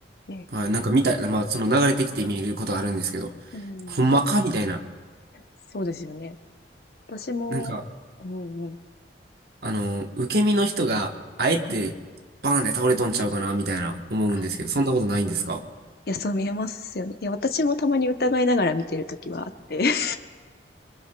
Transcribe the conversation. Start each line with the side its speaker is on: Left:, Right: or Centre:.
Left: ね、
Right: はい、なんか見た、まあその流れてきて見ることあるんですけど、
Left: うん。
Right: ほんまかみたいな。
Left: そうですよね。私も、
Right: なんか、
Left: うんうん。
Right: あの、受け身の人があえてバーンで倒れとんちゃうかなみたいな思うんですけど、
Left: はい。あ、
Right: そんなことないんですか
Left: いや、そう見えますよね。いや、私もたまに疑いながら見てるときはあって、<laughs>